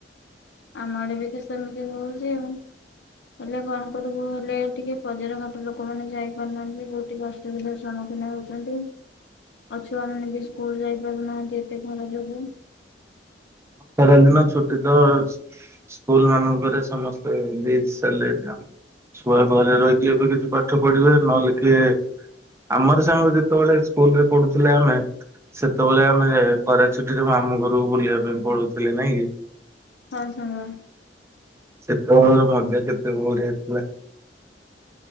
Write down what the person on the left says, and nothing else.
ଆମ ଆଡେ ବି ତ ସେମିତି ହଉଚି ଆଉ। ହେଲେ କଣ କରିବୁ ହେଲେ ଟିକେ ବଜାର ଘାଟ ଲୋକମାନେ ଯାଇ ପାରୁନାହାନ୍ତି ବହୁ ଟିକେ ଅସୁବିଧାର ସମ୍ମୁଖୀନ ହଉଛନ୍ତି। ଆଉ ଛୁଆମାନେ ବି ସ୍କୁଲ ଯାଇ ପାରୁନାହାନ୍ତି ଏତେ ଖରା ଯୋଗୁଁ।
ହଁ ସାଙ୍ଗ।